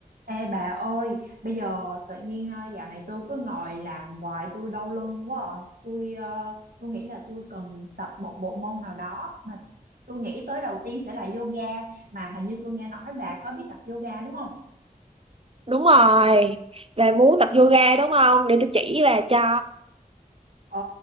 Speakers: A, on the right; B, on the right.
A: Ê bà ơi, bây giờ tự nhiên ờ, dạo này tôi cứ ngồi làm hoài tôi đau lưng quá à. Tôi ờ, tôi nghĩ là tôi cần tập một bộ môn nào đó mà tôi nghĩ tới đầu tiên sẽ là yoga mà hình như tôi nghe nói bà có biết tập yoga đúng không?
B: Đúng rồi, về muốn tập yoga đúng không? Để tôi chỉ bà cho.
A: Ồ